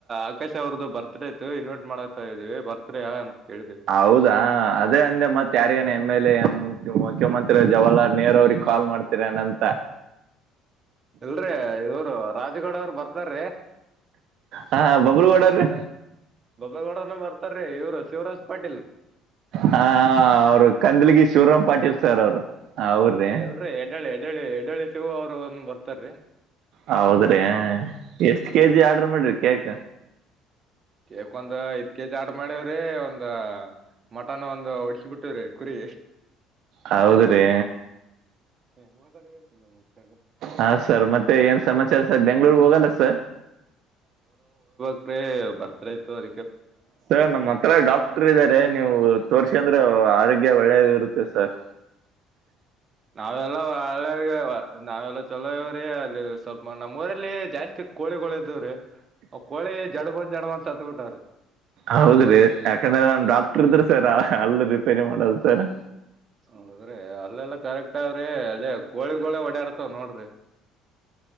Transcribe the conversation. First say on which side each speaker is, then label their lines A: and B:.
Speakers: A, on the right; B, on the right.
A: ಆಕಾಶ್ ಅವ್ರದ್ದು ಬರ್ತ ಇನ್ವರ್ಟ್ ಮಾಡತಾ ಇದ್ದೀವಿ ಬರ್ತ್ ಅಂತ ಕೇಳಿದ್
B: ಹೌದಾ ಅದೇ ಅಂದೆ ಮತ್ತತ್ ಯಾರಿಗೇ ಎಮ್ ಎಲ್ ಎ ಮುಖ್ಯಮಂತ್ರಿ ಜವಾಹರ್ಲಾಲ್ ನೆಹರು ಅವ್ರಿಗೆ ಕಾಲ್ ಮಾಡ್ತೀರನಂತ
A: ಇಲ್ರಿ ಇವರು ರಾಜಗೌಡ ಅವರು ಬರ್ತಾರೀ
B: ಹಾ ಬಬಲುಗಡೀ
A: ಬಬ್ಬೇಗೌಡನು ಬರ್ತಾರ್ರಿ ಇವ್ರು ಶಿವರಾಜ್ ಪಾಟೀಲ್
B: ಹ ಅವರು ಕಂದಲಗಿ ಶಿವರಾಮ್ ಪಾಟೀಲ್ ಸರ್ ಅವ್ರು ಹಾ ಅವಊರದೇ
A: ಎಲ್ರಿ ಎಡಳಿ ಎಡಳಿ ಎಡಳಿ ಶಿವ ಅವ್ರು ಒಂದ್ ಬರ್ತಾರ್ರಿ
B: ಹೌದ್ರಿ ಎಷ್ಟ ಕೆಜಿ ಆರ್ಡ್ರ ಮಾಡ್ರಿ ಕೇಕ
A: ಕೇಕ್ ಒಂದ್ ಐದ್ ಕೆಜಿ ಆಡ್ ಮಾಡವ್ರಿ ಒಂದ ಮಟನ್ ಒಂದು ಹೊಡಿಸಬಿಟ್ಟ್ರಿ ಕುರಿ
B: ಹೌದ್ರೆ
A: ಹ ಮೂ ತ ಕತ
B: ಹಾ ಸರ್ ಮತ್ತೆ ಏನ್ ಸಮಾಚಾರ ಸರ್ ಬೆಂಗ್ಳೂರ್ ಹೋಗಲ್ಲ ಸರ್
A: ಬರ್ತ್ಡೇ ಇತ್ತು ಅದ
B: ಸರ್ ನಮ್ಮ್ ಹತ್ರ ಡಾಕ್ಟರ್ ಇದಾರೆ ನೀವು ತೋರ್ಸಿ ಅಂದ್ರೆ ಆರೋಗ್ಯ ಒಳ್ಳೇದ ಇರುತ್ತೆ ಸರ್
A: ನಾವೆಲ್ಲ ಒಳ್ಳ ನಾವೆಲ್ಲ ಚಲೋ ಇವ್ರಿ ಅಲ್ಲಿ ಸ್ವಲ್ಪ ಮ ನಮ್ಮ್ ಊರಲ್ಲಿ ಜಾಸ್ತಿ ಕೋಳಿಗಳ ಇದವ್ರೆ ಕೋಳಿ ಜಡ್ ಬಂದ್ ಜಡ್ ಬಂದ ಸತ್ ಬಿಟ್ಟವ್ರಿ
B: ಹೌದ್ರಿ ಯಾಕಂದ್ರೆ ನಮ ಡಾಕ್ಟರ್ ಇದ್ರ ಸರ್ ಅಲ್ ರಿಪೇರಿ ಮಾಡದು ಸರ್
A: ನೋಡದ್ರೆ ಅಲ್ಲೆಲ್ಲಾ ಕರೆಕ್ಟ್ ಅವ್ರಿ ಅದೇ ಕೋಳಿಗಳೇ ಓಡಾಡ್ತಾವ್ ನೋಡ್ರಿ